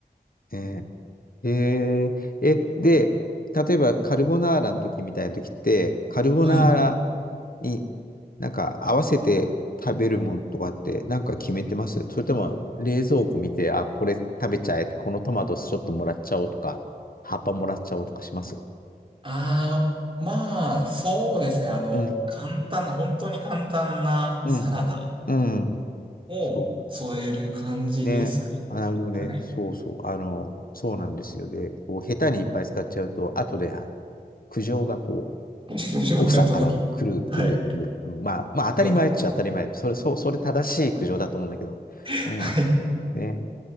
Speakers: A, on the left (about 60°); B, on the right (about 30°).
A: ねえへえ、え、で、例えばカルボナーラの時みたいな時って、カルボナーラ
B: はい。
A: になんか合わせて食べるもんとかってなんか決めてますそれとも冷蔵庫見て、あ、これ食べちゃえ、このトマトちょっともらっちゃおうとか、葉っぱもらっちゃおうとかします
B: あー、まあ、そうですね。あの、
A: うん、
B: 簡単な、本当に簡単なサラダ
A: うん、うん。
B: を添える感じですかね。
A: そう。ね。あなるほどね。
B: はい。
A: そうそう。あの、そうなんですよね。こう、下手にいっぱい使っちゃうと、後で、あの、苦情がこう、
B: <laughs> 表情報が届きます。
A: 奥さんから来る、来る、
B: はい。
A: 来る。うん、まあ、まあ、当たり前っちゃ当たり前。
B: そうです。
A: それ、そう、それ正しい苦情だと思うんだけど。
B: <laughs>
A: うん。
B: はい。
A: ね。